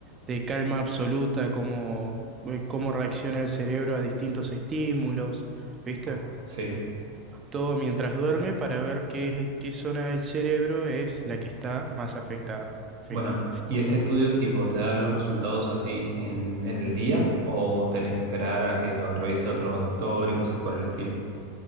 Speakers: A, on the right; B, on the right.
A: de calma absoluta cómo, eh, cómo reacciona el cerebro a distintos estímulos, ¿viste?
B: Ok, Sí.
A: Todo mientras duerme para ver qué, qué zona del cerebro es la que está más afectada,
B: Bueno,
A: ¿viste?
B: ¿y este estudio tipo te da los resultados así en, en el día o tenés que esperar a que lo revise otro doctor y cosas por el estilo?